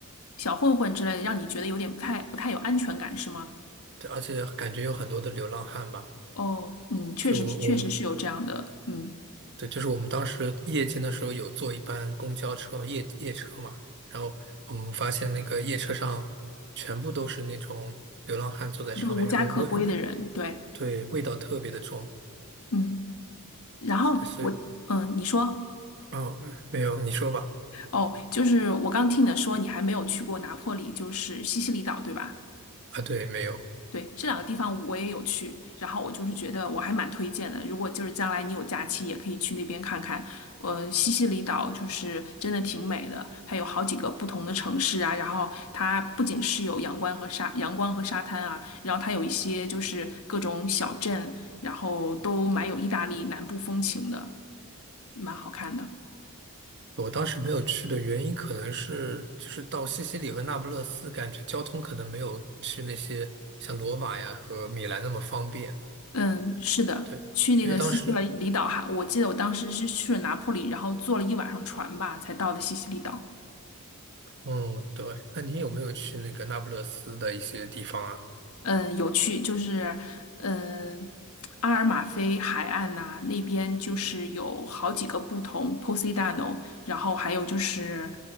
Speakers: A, on the left (about 70°); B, on the right (about 50°).
A: 小混混之类的，让你觉得有点不太不太有安全感是吗？
B: 对，而且感觉有很多的流浪汉吧。
A: 哦，嗯，确实确实是有这样的，
B: 就我我们
A: 嗯。
B: 对，就是我们当时夜间的时候有坐一班公交车嘛，夜夜车嘛，然后我们发现那个夜车上全部都是那种流浪汉坐在上面，
A: 对，无家可归的人，
B: 然后味味
A: 对，
B: 对味道特别的重。
A: 嗯，然后我，
B: 对，所以
A: 嗯，你说，
B: 嗯，嗯没有，你说吧。
A: 哦，就是我刚听你说你还没有去过拿破里，就是西西里岛，对吧？
B: 啊，对，没有。
A: 对，这两个地方我也有去，然后我就是觉得我还蛮推荐的，如果就是将来你有假期，也可以去那边看看。呃，西西里岛就是真的挺美的，它有好几个不同的城市啊，然后它不仅是有阳光和沙阳光和沙滩啊，然后它有一些就是各种小镇，然后都蛮有意大利南部风情的。蛮好看的。
B: 我当时没有去的原因可能是，就是到西西里和那不勒斯，感觉交通可能没有去那些像罗马呀和米兰那么方便。
A: 嗯，是的，
B: 对，
A: 去那个西西里里岛哈，
B: 因为当时，
A: 我记得我当时是去了拿破里，然后坐了一晚上船吧，才到的西西里岛。
B: 嗯，对，那你有没有去那个那不勒斯的一些地方啊？
A: 嗯，有趣，就是嗯，阿尔马菲海岸呐、那边就是有好几个不同 Poseidon，然后还有就是